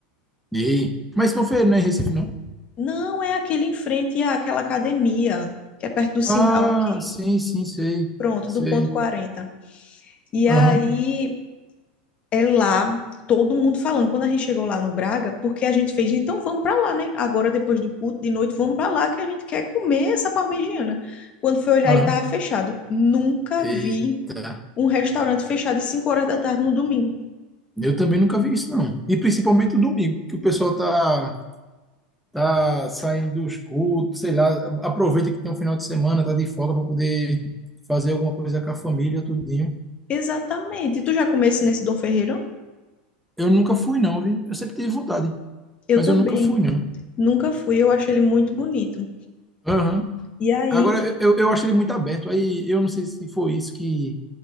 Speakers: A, in the centre; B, on the left.
A: Ei. Mas Confeiro não é em Recife, não?
B: Não, é aquele em frente àquela academia, que é perto do sinal
A: Ah,
B: aqui.
A: sim, sim, sei.
B: Pronto,
A: Sei.
B: do ponto quarenta E
A: Aham,
B: aí é lá, todo mundo falando. Quando a gente chegou lá no Braga, porque a gente fez, então vamos para lá, né? Agora, depois do culto, de noite, vamos para lá, que a gente quer comer essa parmegiana. Quando foi olhar,
A: aham.
B: ele estava fechado. Nunca vi
A: Eita.
B: um restaurante fechado às 5 horas da tarde no domingo.
A: Eu também nunca vi isso, não. E principalmente o domingo, que o pessoal tá, tá saindo dos cultos, sei lá, aproveita que tem um final de semana, tá de folga para poder fazer alguma coisa com a família, tudinho.
B: Exatamente. Tu já comesse nesse Dom Ferreiro?
A: Eu nunca fui, não, viu? Eu sempre tive vontade,
B: Eu
A: mas
B: também.
A: eu nunca fui, não.
B: Nunca fui, eu achei ele muito bonito.
A: Aham.
B: E aí,
A: Agora, eu eu acho ele muito aberto, aí eu não sei se foi isso que